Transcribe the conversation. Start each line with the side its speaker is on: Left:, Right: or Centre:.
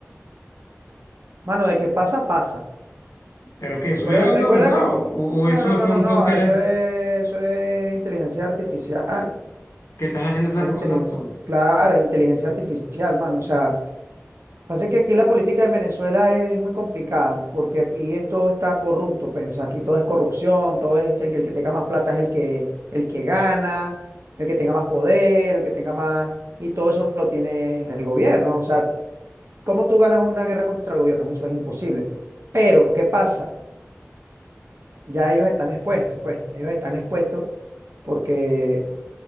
Right: Mano, de que pasa, pasa.
Left: ¿Pero qué? ¿Subió
Right: Recuerda,
Left: el audio,
Right: recuerda
Left: verdad?
Right: que.
Left: ¿O, o- o
Right: No,
Left: esos
Right: no, no,
Left: son
Right: no, no.
Left: tonteras
Right: Eso es, eso es inteligencia artificial.
Left: que están haciendo esas
Right: Eso es
Left: cosas
Right: inteligencia.
Left: tontas?
Right: Claro, inteligencia artificial, mano. O sea, Pasa que aquí la política en Venezuela es muy complicada, porque aquí es- todo está corrupto, pues, o sea, aquí todo es corrupción, todo es que el, que tenga más plata es el que, el que gana, el que tenga más poder, el que tenga más, y todo eso lo tiene el gobierno. O sea, ¿cómo tú ganas una guerra contra el gobierno? Eso es imposible. Pero, ¿qué pasa? Ya ellos están expuestos, pues, ellos están expuestos porque